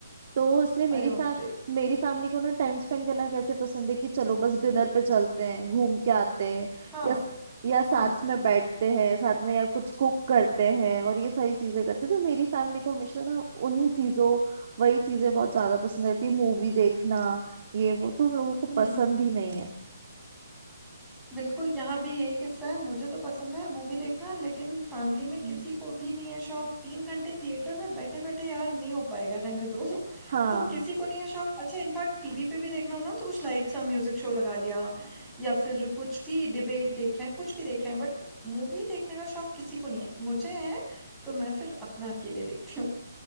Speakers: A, on the right; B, in the centre.
A: तो इसलिए मेरी
B: अरे बाप
A: फैम
B: रे
A: मेरी फैमिली को ना टाइम स्पेंड करना कैसे पसंद है कि चलो बस डिनर पे चलते हैं घूम के आते हैं
B: हाँ
A: या या साथ
B: हाँ
A: में बैठते हैं साथ में या कुछ कुक करते हैं और ये सारी चीजें करते हैं तो मेरी फैमिली को हमेशा ना उन्हीं चीजों वही चीजें बहुत ज्यादा पसंद रहती है मूवी देखना ये वो तो उन लोगों को
B: हम्म
A: पसंद ही नहीं है
B: बिल्कुल यहाँ भी यही किस्सा है मुझे तो पसंद है मूवी देखना लेकिन फैमिली में किसी
A: हम्म।
B: को भी नहीं है शौक तीन घंटे थिएटर में बैठे बैठे यार नहीं हो पाएगा रहने दो <laughs>
A: हाँ
B: तो किसी को नहीं है शौक अच्छा इनफैक्ट टीवी पे भी देखना हो ना तो कुछ लाइट सा म्यूजिक शो लगा लिया या फिर कुछ भी डिबेट देख रहे हैं कुछ भी देख रहे हैं बट मूवी देखने का शौक किसी को नहीं है मुझे है तो मैं फिर अपना अकेले देखती हूँ